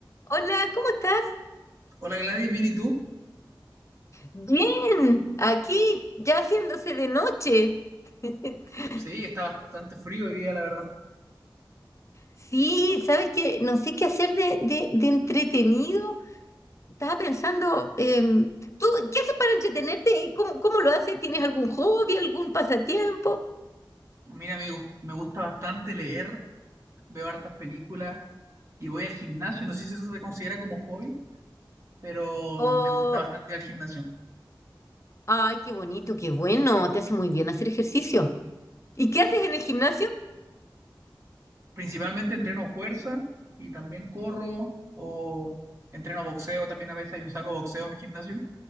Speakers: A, on the left; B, on the right.
A: Hola, ¿cómo estás?
B: Hola Gladys, ¿bien y tú?
A: Bien, aquí ya haciéndose de noche. <laughs>
B: Sí, está bastante frío hoy día, la verdad.
A: Sí, sabes que no sé qué hacer de, de- de entretenido. Estaba pensando, em, ¿tú qué haces para entretenerte? ¿Cómo, cómo lo haces? ¿Tienes algún hobby, algún pasatiempo?
B: Mira, me, gus- me gusta bastante leer, veo hartas películas y voy al gimnasio. No sé si eso se considera como hobby, pero
A: O,
B: me gusta bastante ir al gimnasio.
A: ay, qué bonito, qué bueno, te hace muy bien hacer ejercicio. ¿Y qué haces en el gimnasio?
B: Principalmente entreno fuerza y también corro o entreno boxeo. También a veces hay un saco de boxeo en mi gimnasio